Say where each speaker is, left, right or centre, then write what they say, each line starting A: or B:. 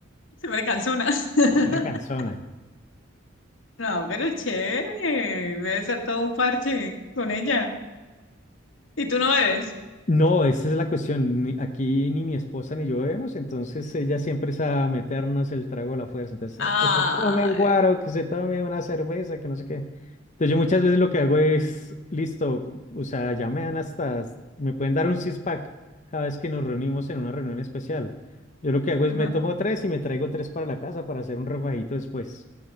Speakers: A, on the left; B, on the left.
A: Se me cansó una. <laughs>
B: pone cansona.
A: No, pero chévere. Debe ser todo un parche con ella. ¿Y tú no bebes?
B: No, esa es la cuestión. ni- Aquí ni mi esposa ni yo vemos, entonces ella siempre es a meternos el trago a la fuerza. Entonces, "No,
A: Ah,
B: que se tome un guaro, que se tome una cerveza, que no sé qué. Entonces, yo muchas veces lo que hago es, listo, cu- o sea, ya me dan hasta, me pueden dar un six-pack cada vez que nos reunimos en una reunión especial. Yo lo que hago es
A: Ajá.
B: me tomo tres y me traigo tres para la casa para hacer un refajito después.